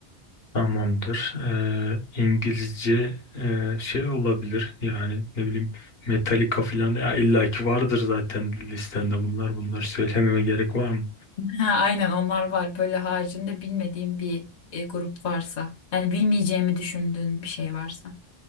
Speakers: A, on the left; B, on the left.
A: Tamamdır. E, İngilizce e, şey olabilir yani ne bileyim Metallica falan ya illaki vardır zaten listende bunlar. Bunları söylememe gerek var mı?
B: Ha, aynen onlar var. Böyle haricinde bilmediğim bir e, grup varsa. Yani bilmeyeceğimi düşündüğün bir şey varsa.